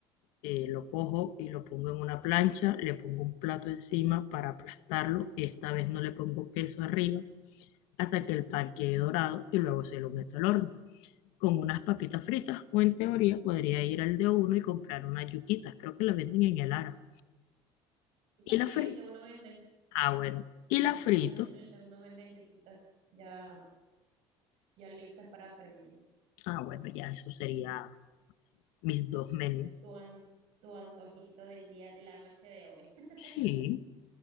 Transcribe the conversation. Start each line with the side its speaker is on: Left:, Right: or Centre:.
Left: eh, lo cojo y lo pongo en una plancha, le pongo un plato encima para aplastarlo. Esta vez no le pongo queso arriba hasta que el pan quede dorado y luego se lo meto al horno. Con unas papitas fritas, o en teoría podría ir al de uno y comprar unas yuquitas. Creo que las venden en el Ara.
Right: Y también
Left: Y las frito.
Right: en el de uno venden,
Left: Ah, bueno. Y las frito.
Right: también en el de uno venden yuquitas, ya, ya listas para freír.
Left: Ah, bueno, ya eso sería mis dos menús.
Right: Tu, an- tu antojito del día, de la noche de hoy. <laughs>
Left: Sí.